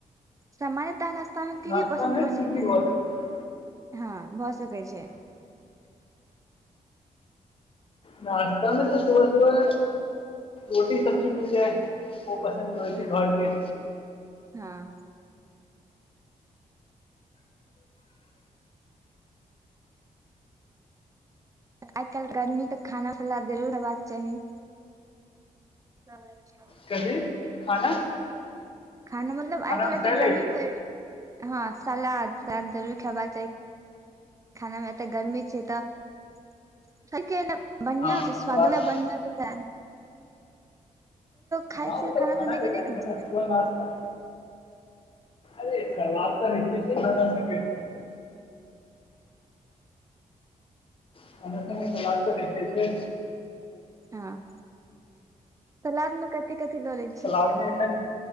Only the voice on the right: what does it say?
सामान्यतः नश्तामे की
की पसन्द करैत
छै
खेनाइ
हँ भऽ सकैत छै
हँ
हँ आइ काल्हिके आदमी तऽ खाना ख् जरूर होेबाक चाही <unintelligible>
खाना मतलब
आइ काल्हि
एते गर्मी प हँ सलाद साद जरूर खेबाक चाही खाना मे एते गर्मी छै तऽ बढ़िआँ
छै स्वाद
मे बढ़िआँत डिटेन खाइ
छियै
सने
कि नहि
खाइ छियै
हँ सलाद मे कथि कथि लऽ लै छियै